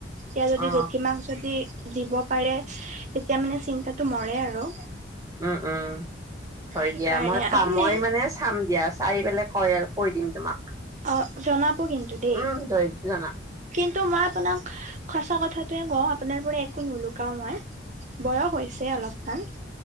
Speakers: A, on the right; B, on the right.
A: তেওঁ যদি
B: অ
A: জেঠীমাক যদি দিব পাৰে, তেতিয়া মানে চিন্তাটো মৰে আৰু।
B: উম, উম হয়
A: সেইকাৰণে
B: দিয়া, মই পাম
A: আপুনি
B: মই মানে চাম দিয়া, চাই পেলাই কৈ কৈ দিম তোমাক।
A: অ', জনাব কিন্তু দেই।
B: উম জয় জনাম
A: কিন্তু মই আপোনাক সঁচা কথাটোৱে কওঁ আপোনাৰ পৰা একো নুলুকাও মই, বয়স হৈছে অলপমান।